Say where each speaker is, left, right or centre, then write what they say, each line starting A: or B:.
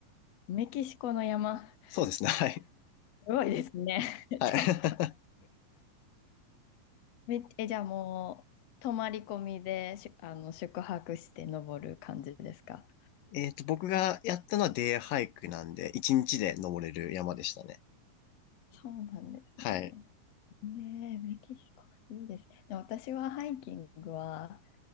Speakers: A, on the left; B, on the left.
A: メキシコの山、す
B: そうですね、<laughs> はい。
A: ごいですね。<laughs>
B: はい。
A: ちょっと。め、え、じゃあもう、泊まり込みで、しゅ、あの、宿泊して登る感じですか
B: <laughs> えーっと、僕がやったのはデイハイクなんで、1日で登れる山でしたね。
A: そうなんですね。
B: はい。
A: ねえ、メキシコ、いいですね。私はハイキングは、